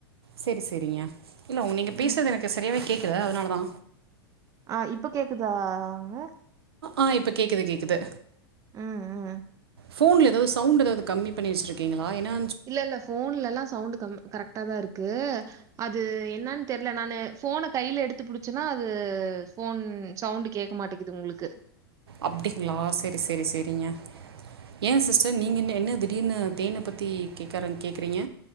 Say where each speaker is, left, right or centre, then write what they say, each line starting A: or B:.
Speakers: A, on the right; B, on the right.
A: செரி செரிங்க இல்ல உங்க நீங்க
B: ம்.
A: பேசுறது எனக்கு சரியாவே கேட்கல அதனால தா
B: ஆ இப்ப கேக்குதாங்க
A: ஆ இப்ப கேக்குது கேக்குது
B: ம் ம்
A: ஃபோன்ல ஏதோ சவுண்ட் எதாவது கம்மி பண்ணி வச்ருக்கீங்களா ஏன்னா
B: இல்ல இல்ல ஃபோன்ல ல்லாம் சௌண்ட் கம் கரெக்டா தா இருக்கு அது என்னன்னு தெர் ல நானு போனை கையில எடுத்து புடி ச்சுன்னா அது ஃபோன் சவுண்ட் கேக்க மாட்டேங்குது உங்குளுக்கு
A: அப்டிங்களா செர்ரி செர்ரி செரிங்க ஏ சிஸ்டர் நீங்கன்ன என்ன திடீர்னு தேனை பத்தி கேக்க ஆரம்பிக் கேக்குறீங்க